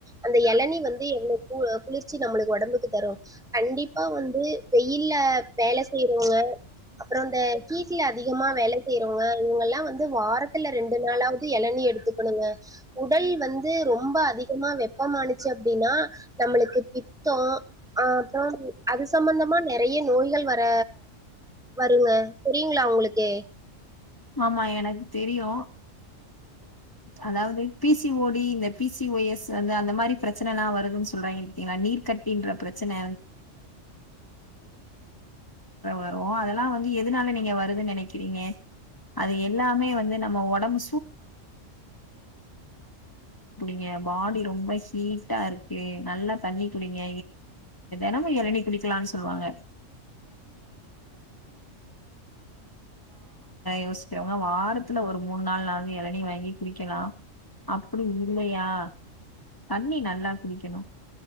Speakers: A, in the centre; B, on the left.
A: அந்த இளனி குளிர்ச்சி நம்மளுக்கு உடம்புக்கு தரும் கண்டிப்பா வந்து வெயில்ல வேலை செய்யறவங்க அப்புறம் இந்த ஹிட்டுல அதிகமா வேலை செய்யறவங்க இவங்க எல்லாம் வந்து வாரத்துல ரெண்டு நாளாவது இளநி எடுத்துக்கணுங்க உடல் வந்து ரொம்ப அதிகமா வெப்பம் ஆச்சு அப்படின்னா நம்ம அக்கு பித்தம் அஹ் அப்புறம் அது சம்பந்தமா நிறைய நோய்கள் வர வருங்க தெரியுங்களா உங்களுக்கு
B: ஆமா எனக்கு தெரியும் அதாவது பிசி ஓடி இந்த பிசிஓஎஸ் வந்து அந்த மாதிரி பிரச்சனை எல்லாம் வருது சொல்றாங்க பாத்திங்களா நீர்கட்டி என்ற பிரச்சனை வரும் அதெல்லாம் வந்து எதுனால நீங்க வருதுன்னு நினைக்கிறீங்க அது எல்லாமே வந்து நம்ம உடம்பு ங்க பாடி ரொம்ப ஹீட்டா இருக்கு நல்லா தண்ணி குடிங்க லனு சொல்லுவாங்க யோசிக்கரவங்க வாரத்துல ஒரு மூணு நாள் ந வந்து இளனீ வாங்கி அப்படி இல்லையா தண்ணி நல்லா குடிக்கணும்